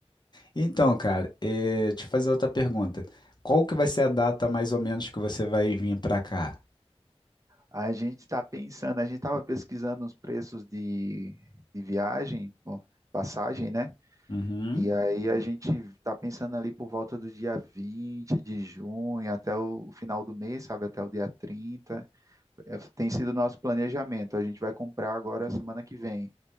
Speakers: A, on the left; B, on the right.
A: Então, cara, é, deixa eu fazer outra pergunta. Qual que vai ser a data mais ou menos que você vai vir pra cá?
B: A gente tá pensando, a gente tava pesquisando os preços de, de viagem, bom, passagem, né?
A: Uhum.
B: E aí a gente tá pensando ali por volta do dia 20 de junho até o final do mês, sabe? Até o dia trinta É, tem sido o nosso planejamento. A gente vai comprar agora semana que vem.